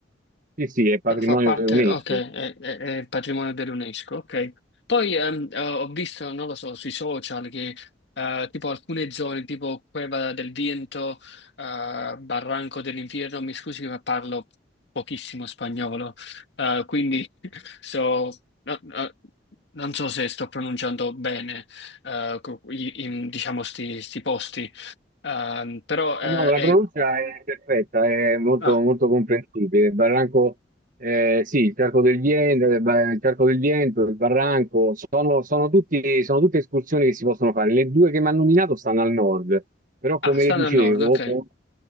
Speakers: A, on the right; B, on the left.
A: sì, sì, è patrimonio
B: Fa fa parte,
A: dell'UNESCO.
B: ok, è, è- è patrimonio dell'UNESCO, ok. Poi ehm, eh, ho visto, non lo so, sui social che eh, tipo alcune zone, tipo Cueva del Viento, eh, Barranco dell'Inferno, mi scusi ma parlo pochissimo spagnolo, eh, quindi <laughs> so, no- no- non so se sto pronunciando bene, eh, co- i- in- diciamo, sti, sti posti, Ehm, però eh,
A: No, no, la
B: è...
A: pronuncia è perfetta, è molto,
B: Ah,
A: molto comprensibile. Il barranco, eh, sì, il Carco del Vento, il ba- il Carco del Vento, il barranco, sono, sono tutti- sono tutte escursioni che si possono fare. Le due che mi hanno nominato stanno al nord, però come
B: ah, stanno
A: le dicevo,
B: al nord, ok,
A: con,